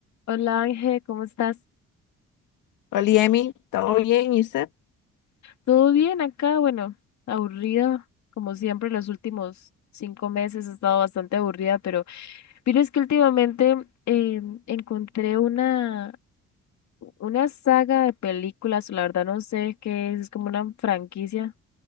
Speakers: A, on the left; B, on the left.
A: Hola Ángel, ¿cómo estás?
B: Hola, Emi, ¿todo bien? ¿Y usted?
A: ¿Todo bien acá? Bueno, aburrida, como siempre, los últimos cinco meses he estado bastante aburrida, pero pero es que últimamente eh, encontré una, una saga de películas, la verdad no sé qué es, es como una franquicia